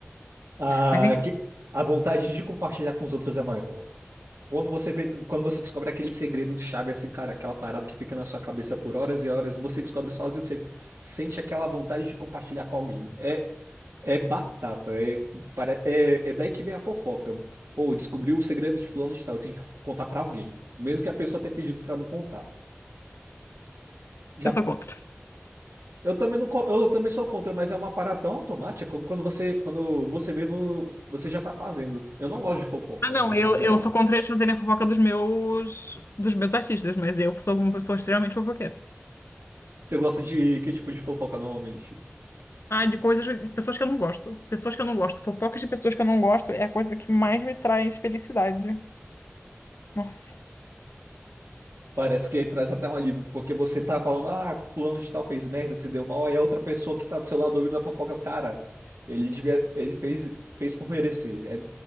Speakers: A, on the right; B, on the left.
A: a,
B: Mas enfim,
A: que- a vontade de compartilhar com os outros é maior. Quando você, vê- quando você descobre aquele segredo chave, assim, cara, aquela parada que fica na sua cabeça por horas e horas, você descobre sozinho, você sente aquela vontade de compartilhar com alguém. É, É batata, é, para, é, é daí que vem a fofoca. Pô, descobriu o segredo de fulano de tal, eu tenho que contar pra alguém, mesmo que a pessoa tenha pedido pra não contar. Já,
B: eu sou contra.
A: eu também não, co- eu também sou contra, mas é uma parada tão automática quando quando você, quando você vê, vo- você já tá fazendo. Eu não gosto de fofoca,
B: Ah, não,
A: de
B: eu,
A: modo geral.
B: eu sou contra eles fazerem a fofoca dos meus dos meus artistas, mas eu sou uma pessoa extremamente fofoqueira.
A: Você gosta de que tipo de fofoca normalmente?
B: Ah, de coisas, de pessoas que eu não gosto. Pessoas que eu não gosto. Fofocas de pessoas que eu não gosto é a coisa que mais me traz felicidade. Nossa.
A: Parece que traz até um alívio, porque você tá falando, ah, plano de tal fez merda, se deu mal, aí a outra pessoa que tá do seu lado ouvindo a fofoca, cara, ele devia, ele fez, fez por merecer. É,